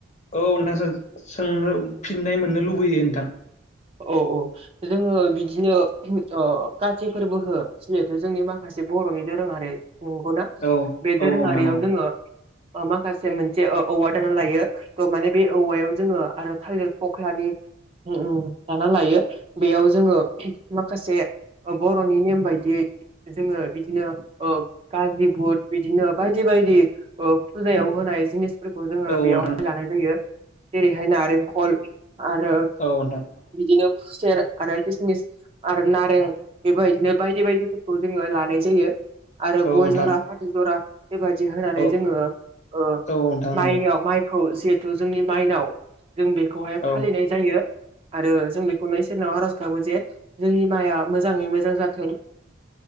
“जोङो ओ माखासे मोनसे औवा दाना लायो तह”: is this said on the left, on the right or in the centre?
Right